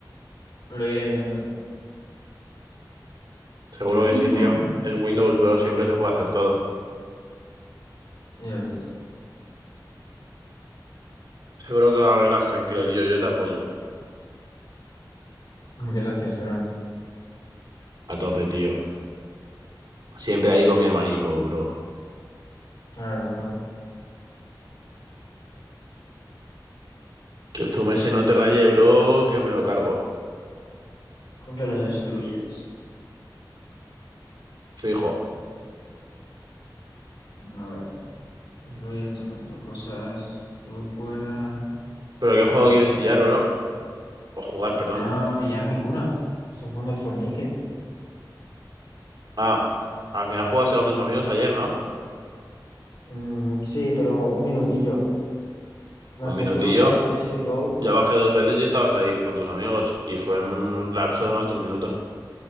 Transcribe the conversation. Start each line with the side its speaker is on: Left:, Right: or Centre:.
Left: Lo iré viendo. <clears throat>
Right: Seguro que
Left: Mm.
Right: sí, tío. Es Windows, bro, siempre se puede hacer todo.
Left: Ya ves.
Right: Seguro que lo arreglas tranquilo, tío. Yo te apoyo.
Left: Gracias, bro.
Right: A tope, tío. Siempre ahí con mi hermanico, bro.
Left: Claro, bro.
Right: Que el zoom ese no te raye, bro, que me lo cargo.
Left: Que lo destruyes.
Right: Fijo.
Left: A ver, pues voy a ir chapando cosas. Tú fuera,
Right: ¿Pero qué
Left: tú
Right: juego
Left: también
Right: quieres
Left: fuera.
Right: pillar, bro? O jugar, perdón.
Left: No, pillar ninguna. Estoy jugando al Fornique.
Right: Ah, al final jugaste con tus amigos ayer, ¿no?
Left: Mm, sí, pero un minutillo. Nos
Right: Un
Left: metimos
Right: minutillo.
Left: al CSGO.
Right: Yo bajé dos veces y estabas ahí con tus amigos. Y fue un lapso
Left: Bueno.
Right: de más de un minuto.